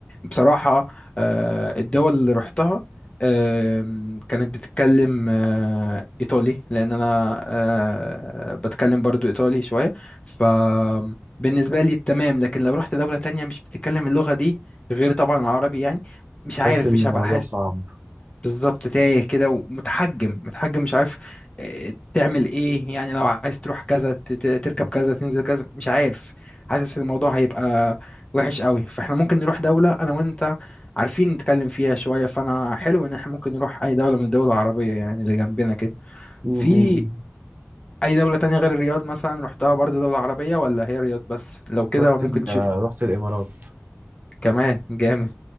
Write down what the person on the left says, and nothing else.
بصراحة آه، الدول اللي رحتها آم، كانت بتتكلم آه، إيطالي لأن أنا آه، بتكلم برضو إيطالي شوية فبالنسبة لي تمام لكن لو رحت دولة تانية مش بتتكلم اللغة دي غير طبعا العربي يعني مش
عارف
مش
هبقى
بالظبط تايه كده ومتحجم متحجم مش عارف آه، تعمل ايه يعني لو عايز تروح كذا ت- ت- تركب كذا تنزل كذا مش عارف حاسس ان الموضوع هيبقى وحش قوي فاحنا ممكن نروح دولة انا وانت عارفين نتكلم فيها شوية فانا حلو ان احنا ممكن نروح اي دولة من الدول العربية يعني اللي جنبنا كده
في
اي دولة تانية غير الرياض مثلا رحتها برضو دولة عربية ولا هي الرياض بس لو كده
ممكن
نشوف
كمان جامد